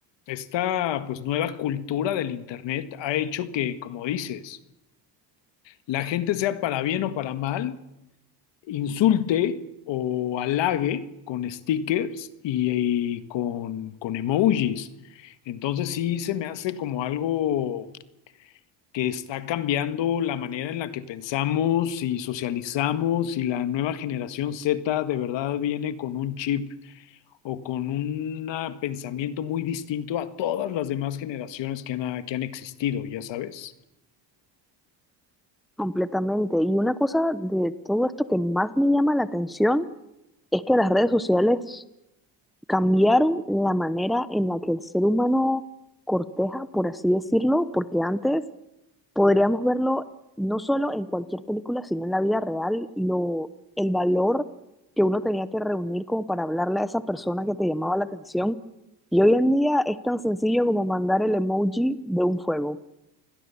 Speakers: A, on the left; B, in the centre.
A: esta pues nueva cultura del internet ha hecho que, como dices, la gente, sea para bien o para mal, insulte o halague con stickers y, y con, con emojis. Entonces sí se me hace como algo que está cambiando la manera en la que pensamos y socializamos y la nueva generación Z de verdad viene con un chip o con un ah, pensamiento muy distinto a todas las demás generaciones que han, que han existido, ya sabes.
B: completamente. Y una cosa de todo esto que más me llama la atención es que las redes sociales cambiaron la manera en la que el ser humano corteja, por así decirlo, porque antes podríamos verlo no solo en cualquier película, sino en la vida real, lo, el valor que uno tenía que reunir como para hablarle a esa persona que te llamaba la atención. Y hoy en día es tan sencillo como mandar el emoji de un fuego.